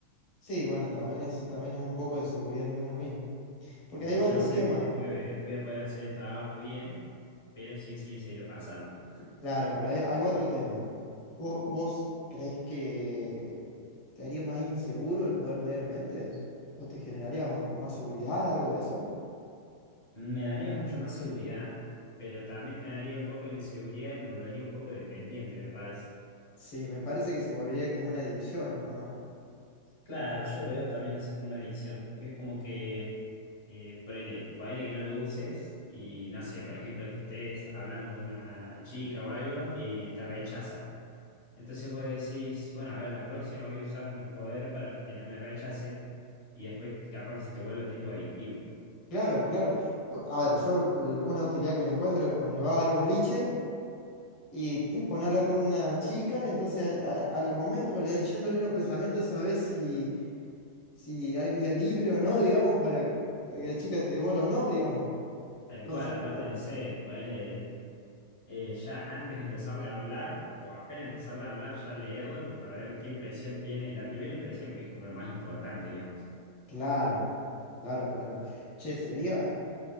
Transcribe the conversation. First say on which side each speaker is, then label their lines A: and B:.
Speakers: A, on the left; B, on the left.
A: Sí, bueno, también eso también es un poco de seguridad en uno mismo. Porque
B: Porque
A: ahí
B: yo
A: va otro
B: sé
A: tema.
B: que después eh, voy a poder hacer el trabajo bien, pero sí o sí necesito pasarla.
A: Claro, pero ahí, ahí va otro tema. ¿Vos, vos crees que te haría más inseguro el poder leer mentes? ¿O te generaría más seguridad, algo de eso?
B: Me daría mucho más seguridad, pero también me daría un poco de inseguridad y me volvería un poco dependiente, me parece.
A: Sí, me parece que se volvería como una adicción, ¿o no?
B: Claro, yo lo veo también así como una adicción. porque Es como que eh, ponele, ponele que no lo uses y no sé, por ejemplo, que estés hablando con una chica o algo y te rechaza. Entonces vos decís, bueno, a ver, la próxima voy a usar mi poder para que no me rechace y después capaz que se te vuelve tipo adictivo.
A: Claro, claro. A ver, yo l- una utilidad que le encuentro es poner, va al boliche y te pone a hablar con una chica, entonces al, a- al momento, leyéndole los pensamientos, sabes si, si hay vía libre o no, digamos, para, para que la chica te dé bola o no, digamos.
B: Tal
A: Entonces,
B: cual, aparte,
A: como, que-
B: no sé, ponele eh, ya antes de empezarle a hablar o apenas empezarle a hablar, ya leerlo como para ver qué impresión tiene, la primera impresión, que es como lo más importante, digamos.
A: claro, claro, claro. Che, sería,